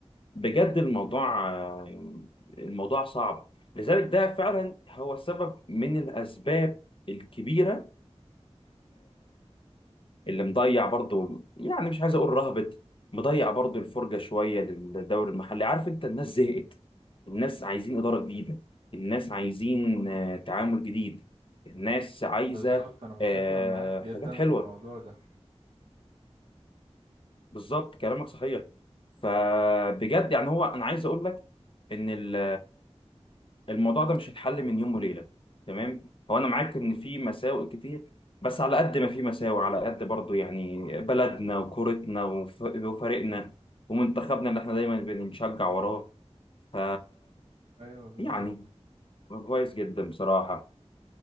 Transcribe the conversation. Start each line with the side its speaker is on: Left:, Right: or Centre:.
Left: بجد الموضوع آه، الموضوع صعب لذلك ده فعلا هو سبب من الأسباب الكبيرة اللي مضيع برضو يعني مش عايز اقول رهبت مضيع برضو الفرجه شويه للدوري المحلي عارف انت الناس زهقت الناس عايزين اداره جديده الناس عايزين آه، تعامل جديد الناس عايزه
Right: بالظبط انا متفق
Left: آه،
Right: معاك جدا
Left: حاجات حلوه
Right: في الموضوع ده
Left: بالظبط كلامك صحيح فبجد يعني هو انا عايز اقول لك ان ال الموضوع ده مش هيتحل من يوم وليله تمام هو انا معاك ان في مساوئ كتير بس على قد ما في مساوئ على قد برضو يعني بلدنا وكورتنا وف- وفريقنا ومنتخبنا اللي احنا دايما بنشجع وراه ف
Right: ايوه بالظبط
Left: يعني كويس جدا بصراحه